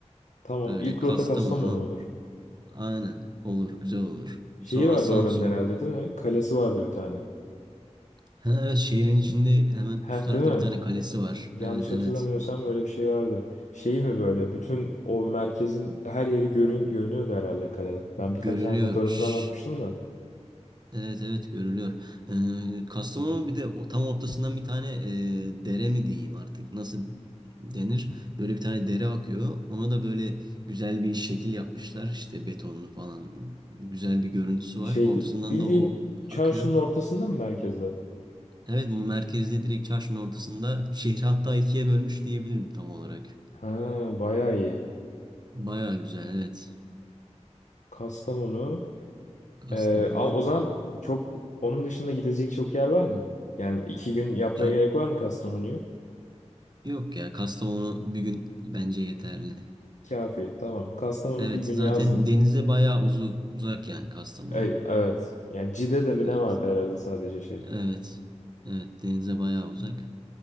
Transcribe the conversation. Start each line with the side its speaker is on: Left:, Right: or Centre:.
Left: Tamam
Right: Böyle
Left: ilk
Right: Kastamonu.
Left: rota Kastamonu mudur?
Right: Aynen. Olur. Güzel olur.
Left: Şeyi
Right: Sonra
Left: vardı
Right: Samsun.
Left: oranın herhalde değil mi? Kalesi vardı bir tane.
Right: Ha, evet şehrin içinde hemen üst
Left: Heh
Right: tarafta
Left: değil mi?
Right: bir tane kalesi var.
Left: Yanlış
Right: Evet evet.
Left: hatırlamıyorsam öyle bir şey vardı. Şey mi böyle bütün o merkezin her yeri görün, görünüyordu herhalde kaleden. Ben birkaç
Right: Görülüyor.
Left: tane fotoğrafına
Right: Şşş.
Left: bakmıştım da.
Right: Evet evet görülüyor. Ee, Kastamonu bir de o tam ortasından bir tane e, dere mi diyeyim artık nasıl denir? Böyle bir tane dere akıyor. Ona da böyle güzel bir şekil yapmışlar işte betonlu falan güzel bir görüntüsü
Left: Şeyde
Right: var. Ortasından
Left: bildiğin
Right: da o
Left: çarşının
Right: akıyor.
Left: ortasında mı merkezde?
Right: Evet merkezde direkt çarşının ortasında şehri hatta ikiye bölmüş diyebilirim tam olarak.
Left: Ha bayağı iyi.
Right: Baya güzel evet
Left: Kastamonu.
Right: Kastamonu.
Left: Ee, ama o zaman çok onun dışında gidecek çok yer var mı? Yani iki gün yapmaya
Right: Ya,
Left: gerek var mı Kastamonu'yu?
Right: yok ya Kastamonu bir gün bence yeterli.
Left: Kafi. Tamam. Kastamonu
Right: Evet
Left: bir gün
Right: zaten
Left: yazdım.
Right: denize bayağı uzu uzak yani Kastamonu.
Left: Ay, evet. Yani Cide'de mi
Right: Evet.
Left: ne vardı herhalde sadece şey.
Right: Evet. Evet denize bayağı uzak.